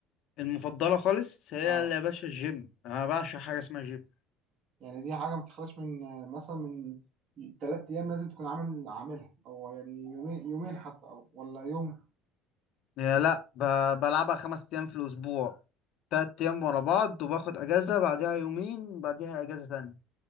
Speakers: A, on the left; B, on the right.
A: المفضلة خالص هي
B: اه
A: اللي يا باشا الجيم أنا بعشق حاجة اسمها جيم
B: يعني دي حاجه ما بتخلاش من آه، مثلا من ثلاث ايام لازم تكون عامل عاملها او يعني يومين يومين حتى او ولا يوم
A: يا لا ب... بلعبها خمس أيام في الأسبوع تلات أيام ورا بعض وباخد أجازة بعدها يومين بعدها أجازة تانية